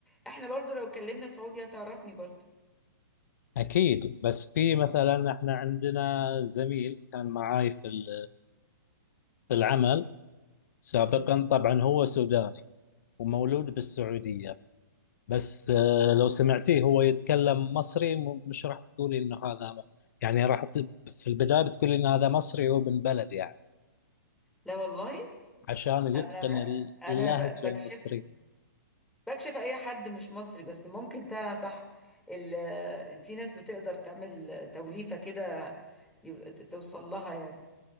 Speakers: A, in the centre; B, on the left.
A: احنا برضو لو اتكلمنا سعودي هتعرفني برضو
B: أكيد بس في مثلا إحنا عندنا زميل كان معاي في ال- في العمل سابقا
A: مم.
B: طبعا هو سوداني ومولود بالسعودية بس آه، لو سمعتيه هو يتكلم مصري م- مش راح تقولي انه هذا م- يعني راح ت- في البداية بتقولي ان هذا مصري هو من بلد يعني
A: لا والله
B: عشان
A: انا
B: يتقن
A: انا
B: اللهجة
A: ب- بكشف
B: المصرية
A: بكشف اي حد مش مصري بس ممكن فعلا صح ال... في ناس بتقدر تعمل توليفة كده يب- توصل لها يعني